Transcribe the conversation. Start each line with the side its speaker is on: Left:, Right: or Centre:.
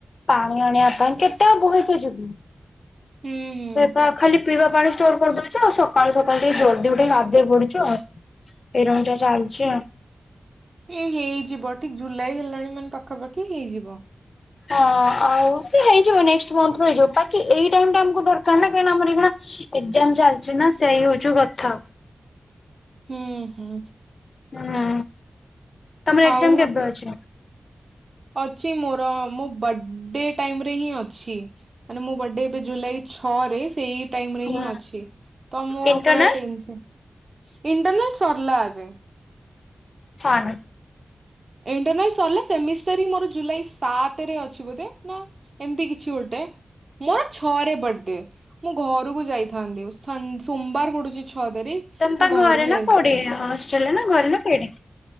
Left: ପାଣି ଆଣିବା ପାଇଁ କେତେ ଆଉ ବହିକୁ ଯିବି
Right: ହୁଁ ହୁଁ
Left: ସେତ ଖାଲି ପିଇବା ପାଣି ଷ୍ଟୋର କରିଦଉଚୁ ଆଉ ସକାଳୁ ସକାଳୁ ଟିକେ ଜଲଦି ଉଠିକି ଗାଧେଇ ପଡୁଚି ଆଉ। <unintelligible> ଚାଲଚି ଆଉ।
Right: ହେଇଯିବ ଠିକ ଜୁଲାଇ ହେଲାଣି ମାନେ ପାଖାପାଖି ହେଇଯିବ।
Left: ହଁ ଆଉ ସେ ହେଇଯିବ ନେକ୍ ମଥ ରୁ ହେଇଯିବ, ବାକି ଏଇ ଟାଇ ଟା ଆମକୁ ଦରକାର ନା କାହିଁ ନା ଆମର <unintelligible> ଏକ୍ଜାମ ଚାଲିଚି ନା ସେଇ ହଉଚୁ କଥା।
Right: ହୁଁ ହୁଁ
Left: ହୁଁ। ତମର ଏକ୍ଜାମ
Right: ଆଉ
Left: କେବେ ଅଛି?
Right: ଅଛି ମୋର ମୋ ବର୍ଥଡେ ଟାଇମ ରେ ହିଁ ଅଛି। ମାନେ ମୁଁ ବର୍ଡେ ଏବେ ଜୁଲାଇ ଛଅ ରେ ସେଇ ହଁ
Left: ହୁଁ
Right: ଅଛି ତ ମୁଁ
Left: ଇଣ୍ଟରନାଲ
Right: ପୁରା ଟେନସନ୍ ଇଣ୍ଟନାଲ୍ ସରିଲା ଏବେ।
Left: ହଁ
Right: ଇଣ୍ଟରଲ ସରିଲା ସେମିଷ୍ଟରଁ ମୋର ଜୁଲାଇ ସାତରେ ଅଛି ବୋଧେ। ଏମତି କିଛି ଗୋଟେ ମୋର ଛଅରେ ବର୍ଥଡେ। ମୁଁ ଘରକୁ ଯାଇଥାନ୍ତି ସ ସୋମବାର ପଡୁଛି ଛଅ ତାରିଖ।
Left: ତମପା
Right: ମୁଁ
Left: ଘରେ
Right: ଘରକୁ
Left: ନା
Right: ଯାଇ
Left: କୋଉଠି ହଷ୍ଟେଲ ରେ ନା ଘରେ ନାଁ <unintelligible>